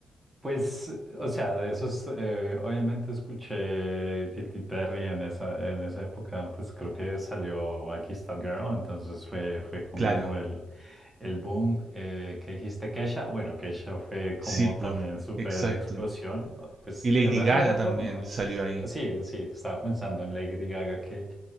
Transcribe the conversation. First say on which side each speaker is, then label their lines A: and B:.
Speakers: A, on the right (about 15°); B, on the right (about 45°).
A: Pues, o sea, de esos, eh, obviamente escuché Katy Perry en esa, en esa época, pues creo que salió Aquí está el Girl, entonces fue, fue como
B: Claro,
A: el, el boom eh, que dijiste Kesha. Bueno, Kesha fue como
B: sí, pues,
A: también súper
B: exacto.
A: explosión. ¿no? Pues
B: Y Lady
A: en realidad
B: Gaga
A: el
B: también
A: pop no
B: salió
A: es
B: ahí.
A: así, sí, estaba pensando en Lady Gaga que,